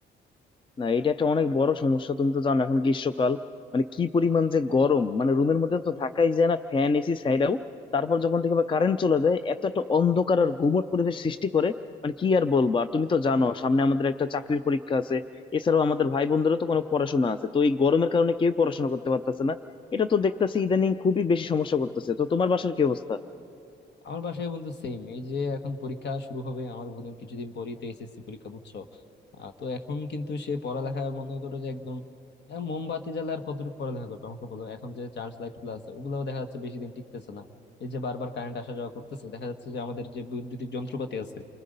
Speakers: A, on the left; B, on the left.
A: না এটা একটা অনেক বড় সমস্যা তুমি তো জানো এখন গ্রীষ্মকাল মানে কি পরিমাণ যে গরম মানে রুমের মধ্যে তো থাকাই যায় না ফ্যান এসি ছাইড়াও তারপর যখন থেকে কারেন্ট চলে যায় এত একটা অন্ধকার আর গুমট পরিবেশ সৃষ্টি করে মানে কি আর বলবো আর তুমি তো জানো সামনে আমাদের একটা চাকরির পরীক্ষা আছে এছাড়াও আমাদের ভাই বোনদেরও তো কোনো পড়াশোনা আছে তো এই গরমের কারণে কেউ পড়াশোনা করতে পারতেছে না এটা তো দেখতেছি ইদানিং খুবই বেশি সমস্যা করতেছে তো তোমার বাসার কি অবস্থা
B: আমার বাসায় বন্ধু সেম এই যে এখন পরীক্ষা শুরু হবে আমার বোনের কিছুদিন পরেই তো এসএসসি পরীক্ষা বুঝছো আহ, তো এখন কিন্তু সে পড়ালেখা মনে করো যে একদম আহ, মোমবাতি জ্বালা আর কতটুকু পড়ালেখা করবে আমাকে বলো এখন যে চার্জ লাইট গুলো আছে ওগুলাও দেখা যাচ্ছে বেশি দিন টিকতেছে না এই যে বারবার কারেন্ট আসা যাওয়া করতেছে দেখা যাচ্ছে যে আমাদের যে বৈদ্যুতিক যন্ত্রপাতি আছে